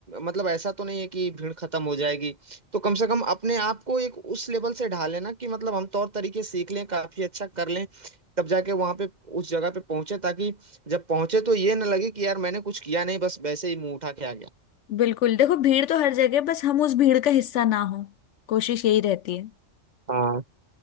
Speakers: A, on the right; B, on the left.
A: मतलब ऐसा तो नहीं है कि भीड़ खत्म हो जाएगी तो कम से कम अपने आप को एक उस लेवल से ढाल लेना कि मतलब हम तौर तरीके सीख लें काफी अच्छा कर लें तब जाके वहां पे उस जगह पे पहुंचे ताकि जब पहुंचे तो ये ना लगे कि यार मैंने कुछ किया नहीं बस वैसे ही मुंह उठा के आ गया
B: बिल्कुल देखो भीड़ तो हर जगह बस हम उस भीड़ का हिस्सा ना हो कोशिश यही रहती है
A: हाँ